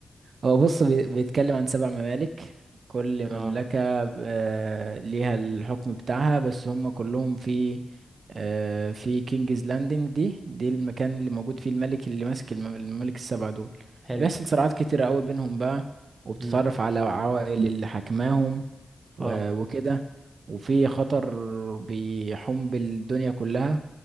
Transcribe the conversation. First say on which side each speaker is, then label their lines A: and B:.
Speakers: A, on the right; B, on the right.
A: هو بص بي- بيتكلم عن سبع ممالك كل
B: اه
A: مملكة آه، ليها الحكم بتاعها بس هم كلهم في آه، في كينجز لاندنج دي دي المكان اللي موجود فيه الملك اللي ماسك المم- الممالك السبعة دول
B: حلو
A: بيحصل صراعات كتيرة قوي بينهم بقى وبتتعرف
B: امم
A: على عوائل اللي حكماهم و-
B: اه
A: وكده وفي خطر بيحوم بالدنيا كلها